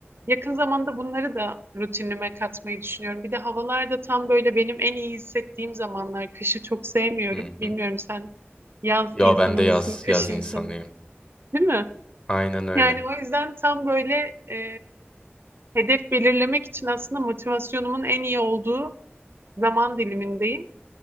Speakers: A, on the right; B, on the left.
A: Yakın zamanda bunları da rutinime katmayı düşünüyorum. Bir de havalar da tam böyle benim en iyi hissettiğim zamanlar. Kışı çok sevmiyorum.
B: Hı
A: Bilmiyorum
B: hı.
A: sen yaz
B: Ya
A: insanı
B: ben de yaz
A: mısın, kış
B: yaz insanıyım.
A: insanı mısın, değil mi?
B: Aynen öyle.
A: Yani o yüzden tam böyle e, hedef belirlemek için aslında motivasyonumun en iyi olduğu zaman dilimindeyim.